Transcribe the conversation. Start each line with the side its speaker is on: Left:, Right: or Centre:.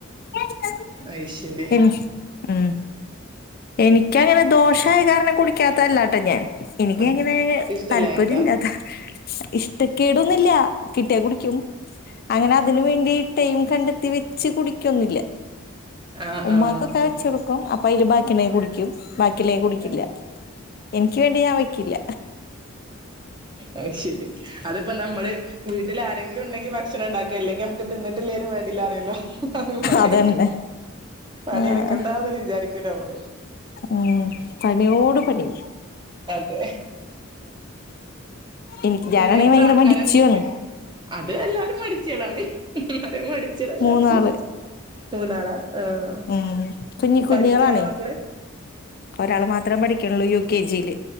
Left: <unintelligible>
Right: അയ് ശരി
Left: ഉ എനിക്കങ്ങനെ ദോഷായെ കാരണം കുടിക്കാത്തല്ലാട്ടെ ഞാൻ എനിക്ക്
Right: ആഹ്
Left: അങ്ങനെ
Right: ഇഷ്ടല്ലായിട്ടാ
Left: താല്പര്യ ഇല്ലാതാ ഇഷ്ടക്കേടൊന്നുയില്ല കിട്ടിയാൽ കുടിക്കും. അങ്ങനെ അതിന് വേണ്ടി ടൈം കണ്ടെത്തി വെച്ച് കുടികൊന്നുയില്ല
Right: ആഹ്
Left: ഉമ്മാക്കൊക്കെ
Right: ആഹ്
Left: വെ ക്കും അപ്പ അയില് ബാക്കിണ്ടെ കുടിക്കും ബാക്കി ഇല്ലേൽ കുടിക്കില്ല.
Right: ആഹ്
Left: എനിക്ക് വേണ്ടി ഞാൻ വയ്ക്കില്ല
Right: ആഹ് ശെരി അതിപ്പ നമ്മള് വീട്ടിൽ ആരെങ്കിലും ഉണ്ടെങ്കി ഭക്ഷണം ഉണ്ടാക്കും അല്ലെങ്കിൽ നമുക്ക് തിന്നിട്ടില്ലേലും വേണ്ടില്ല അറിയല്ലോ അതുപോലെ
Left: അതന്നെ
Right: പണിയെടുക്കേണ്ട
Left: ആഹ്
Right: വിചാരിക്ക <unintelligible>
Left: ഉം പണിയോട് പണി
Right: അതെ
Left: എനിക്ക് ഞാനാണെങ്കിൽ
Right: പിന്നെ എത്ര
Left: ഭയങ്കര
Right: ആൾക്കാരാ
Left: മടിചിയാണ്
Right: നിങ്ങക്ക് അത് എല്ലാരും മടിചികളാണ് ആരാ മടിച്ചികൾ എല്ലാത്തത്.
Left: മൂന്നാള്
Right: മൂന്നാളാ ആഹ
Left: ഉം കുഞ്ഞി കുഞ്ഞുങ്ങളാണേ
Right: പഠികാണോ മക്കള്?
Left: ഒരാള് മാത്രേ പഠിക്കണളളു യു കെ ജി യിൽ